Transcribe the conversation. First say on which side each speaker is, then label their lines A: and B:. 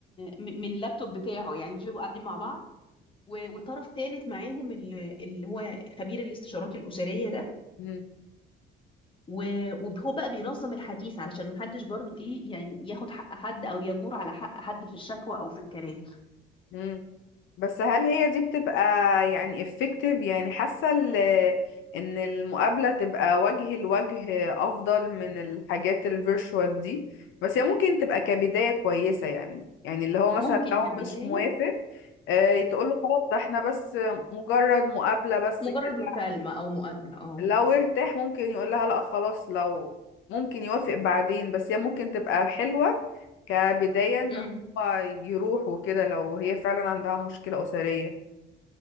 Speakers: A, on the left; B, on the left.
A: م- من اللابتوب بتاعه يعني مش بيبقوا قاعدين مع بعض و- وطرف ثالث معاهم ال- اللي هو خبير الاستشارات الأسرية ده
B: امم
A: و- وهو بقى بينظم الحديث علشان محدش برضو ايه يعني ياخد حق حد او يجور على حق حد في الشكوى او في الكلام
B: مم. بس هل هي دي بتبقى يعني effective يعني حاسة ال- ان المقابلة تبقى وجه لوجه افضل من الحاجات الفيرشوال دي بس هي ممكن تبقى كبداية كويسة يعني يعني اللي هو
A: ممكن
B: مثلا لو
A: كبداية
B: مش موافق آه، تقول له خلاص ده احنا بس مجرد مقابلة بس
A: مجرد
B: كده
A: مكالمة او مقابلة اه
B: لو ارتاح ممكن يقول لها لا خلاص لو ممكن يوافق بعدين بس هي ممكن تبقى حلوة كبداية ان
A: امم
B: هو يروح وكده لو هي فعلا عندها مشكلة أسرية